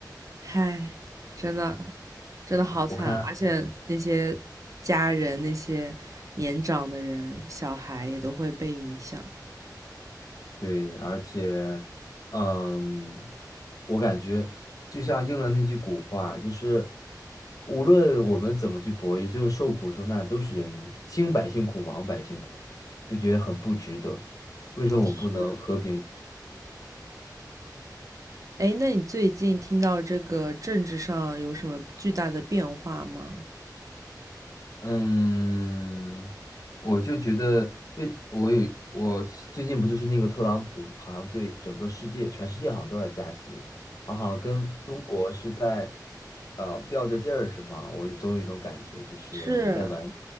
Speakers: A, on the right; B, on the left.
A: 唉，真的真的好惨啊而且那些家人、
B: 啊我看，
A: 那些年长的人、小孩也都会被影响。
B: 对，而且，嗯，我感觉就像应了那句古话，就是无论我们怎么去博弈，最后受苦受难的都是人民，兴百姓苦，亡百姓苦，就觉得很不值得。为什么我们不能和平？
A: 是哎，那你最近听到这个政治上有什么巨大的变化吗？
B: 嗯，我就觉得被我有我最近不就是那个特朗普，好像对整个世界、全世界好像都在加息，他好像跟中国是在呃吊着劲儿是吗？我有总有一种感觉，就是在玩
A: 是，